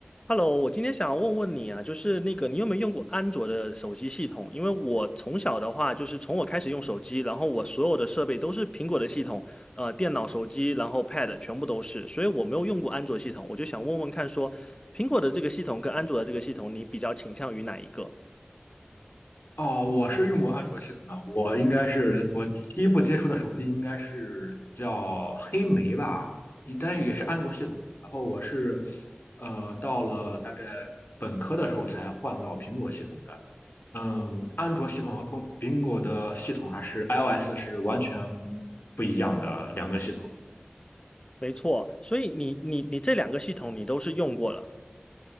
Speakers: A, on the left; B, on the left.
A: Hello，我今天想要问问你啊，就是那个你有没有用过安卓的手机系统？因为我从小的话，就是从我开始用手机，然后我所有的设备都是苹果的系统，呃，电脑、手机，然后 Pad 全部都是，所以我没有用过安卓系统。我就想问问看说，苹果的这个系统跟安卓的这个系统，你比较倾向于哪一个？
B: 哦，我是用过安卓系统的，我应该是我第一部接触的手机应该是叫黑莓吧，但是也是安卓系统的。然后我是呃到了大概本科的时候才换到苹果系统的。嗯，安卓系统和苹苹果的系统还是 iOS 是完全不一样的两个系统。
A: 没错，所以你你你这两个系统你都是用过了，